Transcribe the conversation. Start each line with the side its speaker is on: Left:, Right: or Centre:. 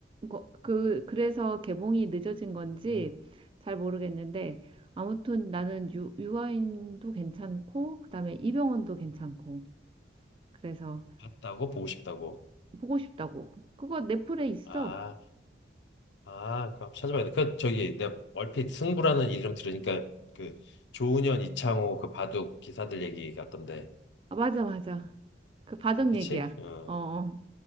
Right: 거- 그 그래서 개봉이 늦어진 건지
Left: 어,
Right: 잘 모르겠는데 아무튼 나는 유, 유아인도 괜찮고 그다음에 이병헌도 괜찮고 그래서
Left: 봤다고? 보고 싶다고?
Right: 보고 싶다고. 그거 넷플에 있어.
Left: 아, 아, 그럼 찾아봐야 돼. 그, 저기, 내가 얼핏 승부라는 이름 들으니까 그 조은현, 이창호 그 바둑 기사들 얘기 같던데.
Right: 아, 맞아 맞아. 그 바둑
Left: 아, 그치?
Right: 얘기야.
Left: 어,
Right: 어, 어.